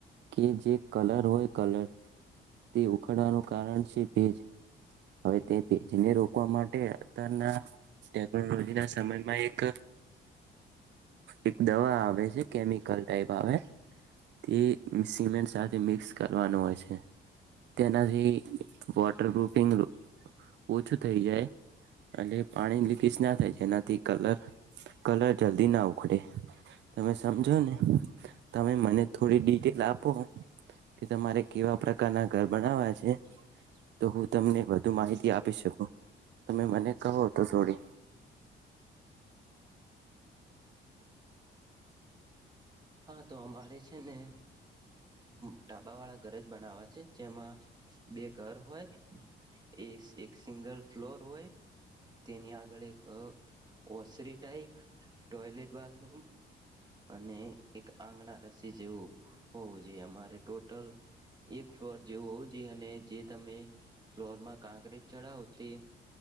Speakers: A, on the right; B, on the right.
A: કે જે કલર હોય કલર તે ઉકડવાનું કારણ છે ભેજ હવે તે ભેજને રોકવા માટે અત્યારના ટેકનોલોજી ના સમયમાં એક એક દવા આવે છે. કેમિકલ ટાઈપ આવે તે સિમેન્ટ સાથે મિક્સ કરવાનું હોય છે તેનાથી વોટરપૂફિંગ ઓછું થઈ જાય અને પાણી લીકેજ ના થાય જેનાથી કલર કલર જલ્દી ના ઉખડે તમે સમજો ને તમે મને થોડી ડિટેલ આપો કે તમારે કેવા પ્રકારના ઘર બનાવવા છે તો હું તમને વધુ માહિતી આપી શકું તમે મને કહો તો થોડી
B: હા તો અમારે છે ને ડાબાવાળા ઘર જ બનાવા્યા છે જેમાં બે ઘર હોય એ એક સિંગલ ફ્લોર હોય તેની આગળ એક ઓસરી ટાાઈપ ટોયલેટ બાથરૂમ અને એક આંગણા રસી જેવું હોવું જોઈએ અમારે ટોટલ એક ફ્લોર જેવું હોવું જોઈએ અને જે તમે ફ્લોરમાં કાંક્રીટ ચડાવો તે